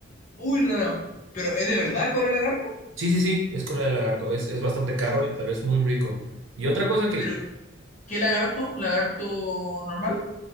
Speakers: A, on the left (about 40°); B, on the right (about 75°).
A: muy raro. Pero ¿es de verdad cuál es el lagarto?
B: Sí, sí, sí, es cola de lagarto. Es, es bastante
A: Uh,
B: caro, y- pero es muy rico. Y otra cosa que,
A: pero ¿qué lagarto? ¿Lagarto normal?